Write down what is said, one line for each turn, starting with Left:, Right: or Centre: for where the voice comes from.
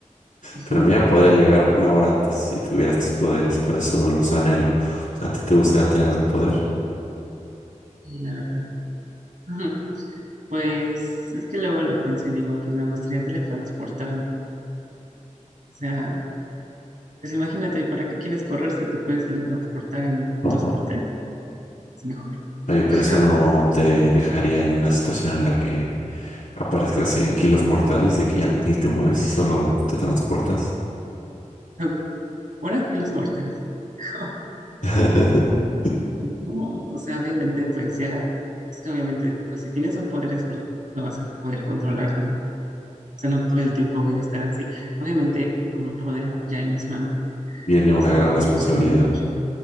Right: <laughs>
Left: pero mía podría llegar una hora antes si tuviera estos poderes, por eso los anhelo.
Right: Mm,
Left: ¿A ti te gustaría tener algún poder?
Right: Sí, la verdad. <laughs> Pues es que luego lo pienso y digo, pues me gustaría teletransportarme. O sea, pues imagínate, ¿para qué quieres correr si te puedes teletransportar en un
Left: <laughs> Ojo.
Right: 2x3? Es mejor.
Left: Oye, pero
Right: <laughs>
Left: eso no te dejaría en una situación en la que aparezcas en kilos mortales de que ya ni te mueves, solo te transportas.
Right: Pero por aquí los mortales. <laughs>
Left: <laughs>
Right: No, o sea, obviamente, pues ya, es que obviamente, pues si tienes un poder es porque lo vas a poder controlar, ¿no? sea, no todo el tiempo voy a estar así. Obviamente, con un poder ya en mis manos,
Left: Viene
Right: pues
Left: una
Right: sí
Left: gran
Right: lo aprovecharía
Left: responsabilidad.
Right: mucho.